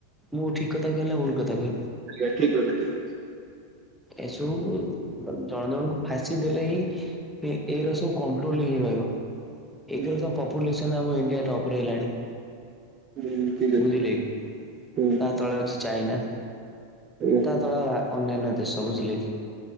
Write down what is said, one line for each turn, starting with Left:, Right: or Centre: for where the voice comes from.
Centre: ମୁଁ ଠିକ କଥା କହିଲି ନା ଭୂଲ କଥା କହିଲି?
Right: ଠିକ୍ କଥା ଠିକ ଅଛି।
Centre: ଏସବୁ ଜଣ ଜଣଙ୍କୁ ଫାଶୀ ଦେଲେ ହିଁ
Right: କଥା
Centre: ଏଇରା ସବୁ କଣ୍ଟ୍ରୋଲ ହେଇକି ରହିବ।
Right: ହୁଁ
Centre: ଏକରେ ତ ପପୁଲେସନ ଇଣ୍ଡିଆ ଟପରେ ହେଲାଣି।
Right: ହୁଁ ଠିକ
Centre: ବୁଝିଲେ
Right: ଅଛି
Centre: କି
Right: ହୁଁ
Centre: ତା ତଳେ ଅଛି ଚାଇନା
Right: ଆଜ୍ଞା
Centre: ତା ତଳେ ଅନ୍ୟାନ୍ୟ ଦେଶ ବୁଝିଲେ କି?